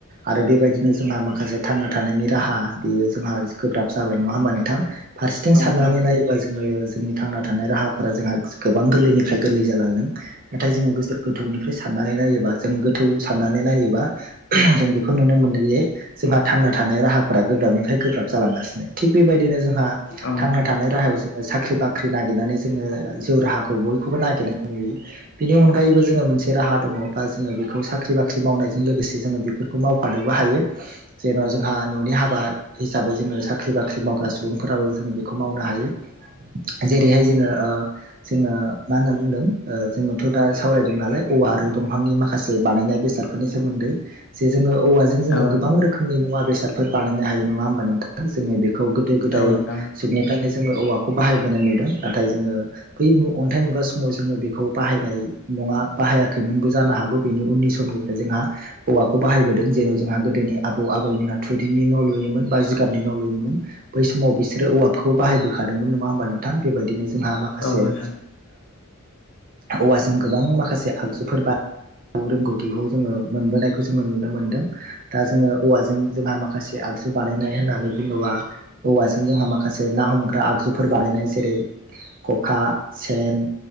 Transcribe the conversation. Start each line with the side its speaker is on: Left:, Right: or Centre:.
Right: आरो बेबायदिनो जोंहा माखासे थां थानायनि राहा बेयो जोंहा गोब्राब जाबाय नङा होमबा नोंथां। फारसेथिं
Left: औ
Right: साननानै
Left: नोंथां
Right: नायबाय जोङो जोंनि थांना थानाय राहाफोरा जोंहा गोबां गोरलैनिफ्राय गोरलै जालांदों नाथाय जोङो गो गोथौनिफ्राय सान नाया जों गोथौ साननानै नायोबा जों बेखौ नुनो मोनो जे जोंहां थानाय राहाफोरा गोब्राबनिफ्राय गोब्राब जालांगासिनो थिग बेबायदिनो जोंहा
Left: औ
Right: थांना
Left: नोंथां
Right: थानाय राहायाव जोङो साख्रि बाख्रि नागिरनानै जोङो जउ राहाखौ बयखौबो नागिरनाय नुयो बेनि अनगायैबो जोङो मोनसे राहा द बा ज बे साख बाख्रि मावनाय लोगोसे जों बेफोरखौ मावफनो हायो जने जों न'नि हाबा हिसाबै जोङो साख्रि बाख्रि मावग्रा सुबुंफोराबो जोङो बेखौ मावनो हायो। जेरैहाय जोङो जोङो मा होनना बुंदों ओ जोङोथ' दा सावरायदों नालाय औवा आरो दंफांनि माखासे बानायनाय बेसादफोरनि सोमोन्दै जे जोङो औवाजों जोङो
Left: औ
Right: गोबां रोखोमनि मुवा बेसादफोर बानायनो हायो नङा होमबा नोंथां जोङो बे खौ गोदो गोदाय
Left: औ नोंथां
Right: जुगनिखायनो जोङो औवाखौ बाहायबोनाय नुदों नाथाय जोङो बै अन्थाइ मुगा समाव जोङो बेखौ बाहायनाय। नङा बाहायाखैमोनबो जानो हागौ बेनि उननि समनिफ्राय जोंहा हौवाखौ बाहायबोदों जेन' जोंहा गोदोनि आबौ आबैमोन थुरिनि न' लुयोमोन बा जिगाबनि न' लुयोमोन बै समाव बिसोरो औवाफोरखौ बाहायबोखादोंमोन नङा होनोमब नों गोथां बेबायदिनो जोंहा माखासे
Left: औ नोंथां
Right: औवाजों गोबां माखासे आगजुफोर बा रोंगौथिखौ जोङो मोनबोनायखौ जोङो नुनो मोनदों दा जोङो औवाजों जों माखासे आगजु बानायनाय होननानै बुङोबा औवाजों जोंहा माखासे ना हमग्रा आगजुफोर बानायनाय जै खखा सेन